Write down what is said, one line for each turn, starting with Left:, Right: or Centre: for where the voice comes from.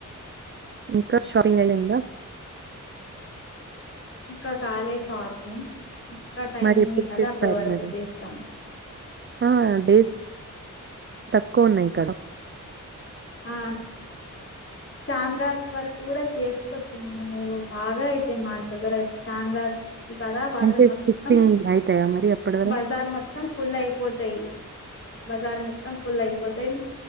Right: ఇంకా షాపింగ్ అయిందా.
Left: ఇంకా కాలే షాపింగ్. ఇంకా టైం
Right: మరి
Left: ఉంది
Right: ఎప్పుడు
Left: కదా
Right: చేస్తారు
Left: అప్పుడి వరకు
Right: మేడం
Left: చేస్తా.
Right: ఆ డేస్ తక్కువ ఉన్నాయి కదా.
Left: ఆ చందార్ వరకు కూడా చేసుకోవచ్చు మేము బాగా అయితే మా దగ్గర అయితే చందార్ కదా వాటిలో
Right: అంటే
Left: మొత్తం
Right: స్టిచ్చింగ్ అయితాయా మరి అప్పటి వరకు
Left: బజార్ మొత్తం ఫుల్ అయిపోతాయి. బజార్ మొత్తం ఫుల్ అయిపోతాయి